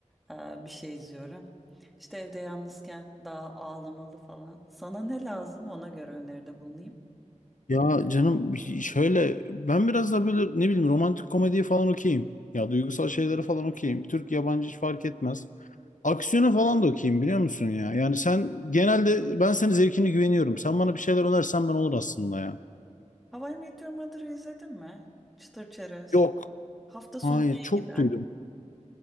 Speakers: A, in the centre; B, on the left.
A: e, bir şey izliyorum. İşte evde yalnızken daha ağlamalı falan. Sana ne lazım ona göre öneride bulunayım.
B: Ya canım şöyle ben biraz da böyle ne bileyim romantik komediyi falan okuyayım. Ya duygusal şeyleri falan okuyayım. Türk yabancı hiç fark etmez. Aksiyona falan da okuyayım biliyor musun ya? Yani sen genelde ben senin zevkine güveniyorum. Sen bana bir şeyler önersen ben olur aslında ya.
A: How I Met Your Mother'ı izledin mi? Çıtır çerez.
B: Yok.
A: Hafta sonunda
B: Hayır
A: iyi
B: çok
A: gider.
B: duydum.